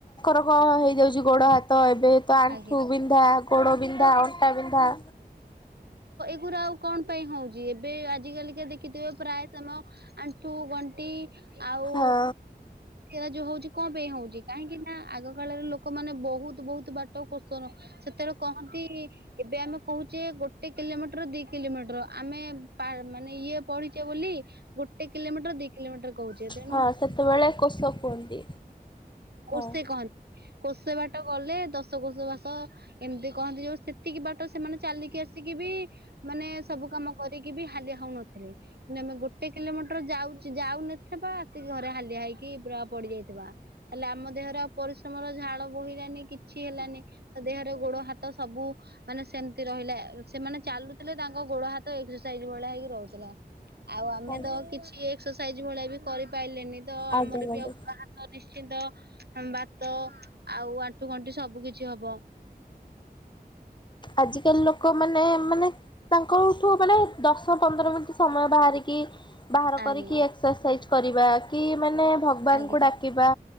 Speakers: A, on the left; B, on the right.
A: ର କ ହେଇଯାଉଉଛି ଗୋଡ଼ ହାତ ଏବେ ତ ଆଣ୍ଠୁ
B: ଆଜ୍ଞା ଆଜ୍ଞା।
A: ବିନ୍ଧା ଗୋଡ ବିନ୍ଧା
B: ତ ଏ
A: ଅଣ୍ଟା ବିନ୍ଧା
B: କୁକୁର ଆଉ କଣ ପାଇଁ ହଉଛି ଏବେ ଆଜି କାଲିକା ଦେଖିଥିବେ ପ୍ରାୟ ସମୟ ଆଣ୍ଠୁ ଗଣ୍ଠି ଆଉ
A: ହଁ
B: ସେଟା ଯୋଉ ହଉଛି କଣ ପାଇଁ ହଉଛି କାହିଁକି ନା ଆଗ କାଳରେ ଲୋକମାନେେ ବହୁତ ବହୁତ ବା କୋଷର ସେତେବେଳେ କହନ୍ତି ଏବେ ଆମେ କହୁଛେ ଗୋଟେ କିଲୋମିଟର ଦି କିଲୋମିଟର। ଆମେ ମାନେ ଇଏ ପଢିଛେ ବୋଲି ଗୋଟେ କିଲୋମିଟର ଦି କିଲୋମିଟର କହୁଚେ ତେଣୁ
A: ହଁ ସେତେବେଳେ କୋଷ କୁହନ୍ତି
B: କୋସେ
A: ହଁ
B: କହନ୍ତି କୋସେ ବାଟ ଗଲେ ଦଶକୋଷ ବାସ ଏମିତି କହନ୍ତି ଯୋଉ ସେତିକି ବାଟ ସେମାନେ ଚାଲିକି ଆସିକି ବି ମାନେ ସବୁ କାମ କରିକି ବି ହାଲିଆ ହଉନଥିଲେ କିନ୍ତୁ ଆମେ ଗୋଟେ କିଲୋମିଟର ଯାଉଛି ଯାଉନଥିବା ଆସିକି ଘରେ ହାଲିଆ ହେଇକି ପୁରା ପଡିଯାଇଥିବା ତାହେଲେ ଆମ ଦେହରେ ଆଉ ପରିଶ୍ରମର ଝାଳ ବୋହିଲାନି କି କିଛି ହେଲାନି ତା ଦେହରେ ଗୋଡ ହାତ ସବୁ ମାନେ ସେମିତି ରହିଲା ସେମାନେ ଚାଲୁଥିଲେ ତାଙ୍କ ଗୋଡ ହାତ ଏକ୍ସରସାଇଜ୍ ଭଳିଆ ହେଇକି ରହୁଥିଲା। ଆଉ ଆମେ
A: ଆଜ୍ଞା
B: ତ କିଛି ଏକ୍ସରସାଇଜ ଭଳିଆ ବି କରିପାଇଲେନି ତ ଆମର
A: ଆଜ୍ଞା ମ୍ୟାଡ଼ାମ।
B: ବି ଆଉ ଗୋଡ଼ ହାତ ନିସ୍ଚି କିମ୍ବା ଭାତ ଆଉ ଆଣ୍ଠୁ ଗଣ୍ଠି ସବୁ କିଛି ହବ।
A: ଆଜିକାଲି ଲୋକ ମାନେ ମାନେ ତାଙ୍କଠୁ ମାନେ ଦଶ, ପନ୍ଦର ମିନିଟ ସମୟ ବାହାରିକି କି ବାହାର
B: ଆଜ୍ଞା
A: କରିକି ଏକ୍ସରସାଇଜ କରିବା କି ମାନେ ଭଗବାନଙ୍କୁ
B: ଆଜ୍ଞା।
A: ଡାକିବା